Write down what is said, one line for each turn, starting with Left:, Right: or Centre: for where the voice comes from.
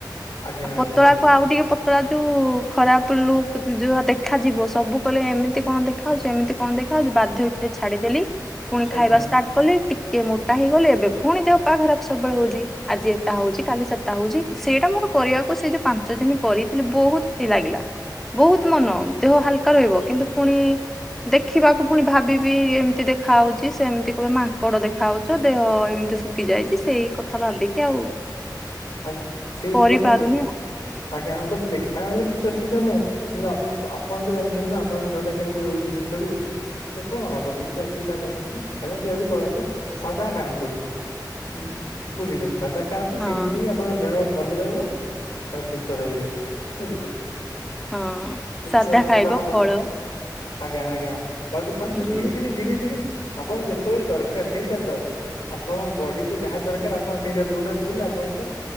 Left: ଆଜ୍ଞା
Centre: ଆଉ
Left: ଆଜ୍ଞା
Centre: ପତଳା।। ଆଉ ଟିକେ ପତଳା ଯୋଉ ଖରାପ ଲୁ ଯହା ଦେଖାଯିବ ସବୁ କଲେ ଏମିତି। ଏମିତି କଣ ଦେଖାଉଛୁ ଏମିତି କଣ ଦେଖାଯାଉଛୁ ବାଧ୍ୟ ହେକି ଛାଡିଦେଲି ପୁଣି
Left: ଆଜ୍ଞା
Centre: ଖାଇବା ଷ୍ଟାର୍ଟ କଲିି। କିଏ ମୋଟା ହେଇଗଲେ ଏବେ ପୁଣି ଦେହ ପା ଖରାପ ସବୁବେଳେ ହଉଛି ଆଜି ଏଟା ହଉଛି କାଲି ସେଟା ହଉଛି ‌। ସେଇଟା ମୋର କରିବାକୁ ସେ ଯୋଉ ପାଞ୍ଚ ଦିନ କରିଥିଲି ବୋହୁତ୍ ଫ୍ରି ଲାଗିଲା। ବୋହୁତ୍ ମନ ଦେହ ହାଲକା ରହିବ କିନ୍ତୁ ପୁଣି। ଦେଖିବାକୁ ପୁଣି ଭାବିବି ଏମିତି ଦେଖା ହଉଛି ସେ ଏମିତି କିବେ ମାଙ୍କଡ ଦେଖା ହଉଛ ଦେହ ଏମିତି ିସୁକି ଯାଇଛି ସେଇ କଥା ଭାବିକି ଆଉ
Left: ଆଜ୍ଞା ସେ
Centre: କରିପାରୁନି
Left: ବ
Centre: ଆଉ।
Left: ଆଜ୍ଞା ବଟ ଦେଖା ବଲେ କିଛି ଅସୁବିଧା ନାହିଁ। କିନ୍ତୁ ଆପଣ ତ ଜାଣିଛନ୍ତି ନା ଆପଣଙ୍କ ଦେହଟା କେମିତି ରହୁଛି ଭିତରୁ? ସେ କଣ ହବ କିଛି ଅସୁବିଧା ନାହିଁ କିନ୍ତୁ ଖାଇବା ପିଇବା ବି କରନ୍ତୁ ସାଧା ଖାଆନ୍ତୁ। ହଁ ବୁଝିଲେ ସଦା ଖାଆନ୍ତୁ
Centre: ହଁ
Left: ସେଇଥିରେ ହିଁ ଆପଣଙ୍କ ଦେହ ଭଲ ରହିବ ଆଉ ସୁସ୍ଥ ରହିବେ ବୁଝିଲେ
Centre: ହଁ
Left: କିଛି
Centre: ସାଧା
Left: ଅସୁବିଧା
Centre: ଖାଇବ
Left: ହବନି
Centre: ଫଳ
Left: ଆଜ୍ଞା ଆଜ୍ଞା ବି ଖୁ ସେ
Centre: ଯୋଉ
Left: ଧୀରେ ଧୀରେ ଧୀରେ ଧୀରେ ଆପଣଙ୍କୁ ଯେତେବେଳେ ଦରକାର ସେଇଟା ତ ଆପଣ ବଡି କୁ ଯାହା ଦରକାର ଆପଣ ସେଇଟା ଦଉନାହାନ୍ତି ବୋଲି ଆପଣଙ୍କୁ